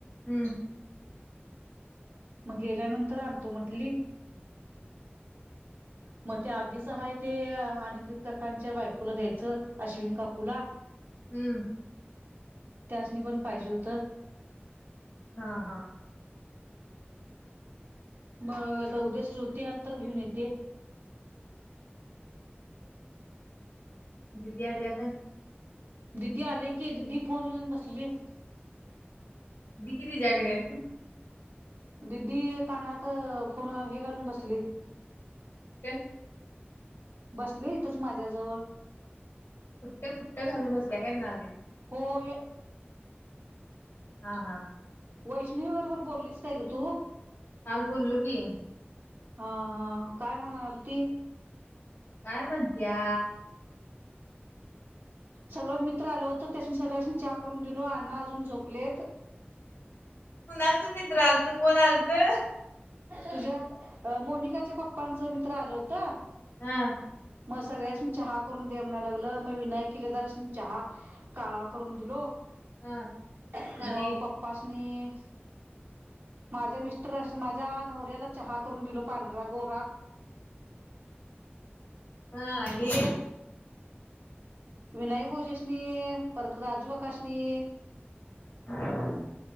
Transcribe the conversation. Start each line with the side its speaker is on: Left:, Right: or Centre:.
Left: हम्म
Right: मग गेल्यानंतर आणतो म्हटली मग त्या आधीच हाय ते अनिकेत काकांच्या बायकोला द्यायचं अश्विन काकूला.
Left: हम्म
Right: त्यासनी पण पाहिजे होतं.
Left: हा हा
Right: मग आता उद्या श्रुती आली तर घेऊन येते.
Left: दीदी आल्या काय?
Right: दिदी आले की दिदी फोन घेऊन बसली.
Left: दी कि तीज्याकडं.
Right: दिदी कानात फोन हे घालून बसली.
Left: का
Right: बसले इथंच माझ्याजवळ
Left: खुट्ट खुट्ट घालून बसल्या काय म्हणालोय
Right: हो
Left: हा हा
Right: वैष्णवी बरोबर बोल्लीस काय गं तू?
Left: काल बोल्लो की.
Right: हा हा काय म्हणालती?
Left: काय म्हणत्या.
Right: सगळं मित्र आल होतं त्यास सगळ्यासनी चहा करून दिलो, अन्ना अजून झोपलेत.
Left: कुणाच मित्र आलत कोण आलतं.
Right: तुझ्या मोनिकाच्या पप्पांच मित्र आलं होत.
Left: हं.
Right: मग सगळ्यासनी चहा करून द्या म्हणाय लागलं मग विनायक किल्लेदारसनी चहा काळा करून दिलो.
Left: हां.
Right: मग
Left: आणि
Right: पप्पा मी माझ्या मिस्टर अस माझ्या नवऱ्याला चहा करून दिलो पांढरा गोरा
Left: हा आणि
Right: विनायक भोजेशनी परत राजू आकाशणी
Left: हा ह <unintelligible>